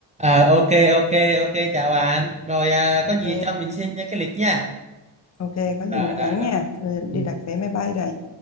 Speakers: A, on the right; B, on the left.
A: À, ok ok ok chào bạn. Rồi à,
B: ok
A: có gì cho mình xin cái lịch nha.
B: ok có gì
A: Rồi
B: mình
A: rồi
B: nhắn
A: rồi.
B: nha rồi đi
A: Ừ.
B: đặt vé máy bay đây